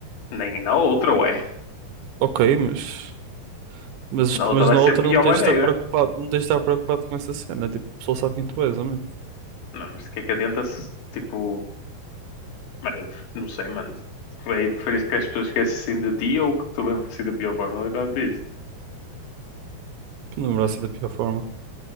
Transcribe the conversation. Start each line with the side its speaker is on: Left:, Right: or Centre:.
Left: Nem na outra, ué.
Right: Ok, mas. Mas,
Left: Na
Right: tipo,
Left: outra
Right: mas
Left: vai
Right: na
Left: ser
Right: outra
Left: a pior
Right: não tens
Left: maneira.
Right: de estar preocupado, não tens de estar preocupado com essa cena. Tipo, o pessoal sabe quem tu és, homem.
Left: Não, mas o que é que adianta se, tipo, bem, não sei, mano. É preferir que as pessoas esquecem assim de ti ou que te lembram assim da pior forma, literalmente isso.
Right: Que me lembro assim da pior forma.